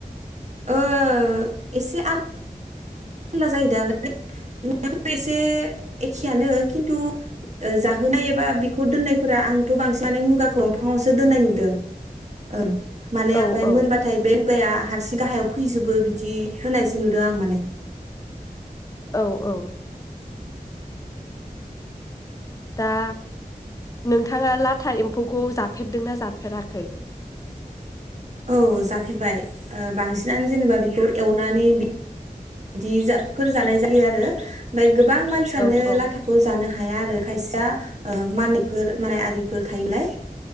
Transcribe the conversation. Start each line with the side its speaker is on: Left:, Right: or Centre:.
Right: ओ एसे आ खलदा जायोदा <unintelligible> एसे एखेयानो खिन्थु जाहोनाय एबा बिखौ दोननायफोरा आंथ' बांसिनानो मुगाखौ दमफाङावसो दोननाय नुदों ओं माने
Left: औ
Right: ओमफ्राय
Left: औ
Right: मोनबाथाय बे खुगाया हारसिं गाहायाव फैजोबो बिदि होनायसो नुदों आं माने
Left: औ औ। दा नोंथाङा लाथा एम्फौखौ जाफेरदोंना जाफेराखै
Right: औ जाफेरबाय ओ बांसिनानो जेनेबा बेखौ एवनानै बि दिफोर जानाय जायो आरो ओमफ्राय गोबां मानसियानो
Left: औ औ
Right: लाथाखौ जानो हाग हाया आरो खायसेया ओ मानिकफोर माया आरिफोर थायोलाय।